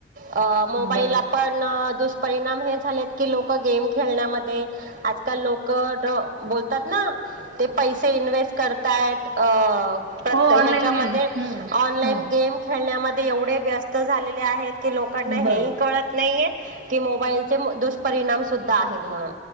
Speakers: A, on the right; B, on the right.
A: अ मोबाईल
B: बरोबर
A: आपण दुष परिणाम हे झालेत की लोक गेम खेळण्यामध्ये आजकाल लोक बोलतात ना ते पैसे इन्व्स्ट करतायेत अ
B: हो ऑनलाईन
A: हच्यामध्ये
B: गेम हम्म.
A: ऑनलाईन
B: हम्म
A: गेम खेळण्या म ते एवढे व्यस्त झालेले आहेत की लोकांना
B: बरोबर
A: हेही कळत नाही ये कि मोबाईलचे दुष्परिणाम सुद्धा आहेत म्हणून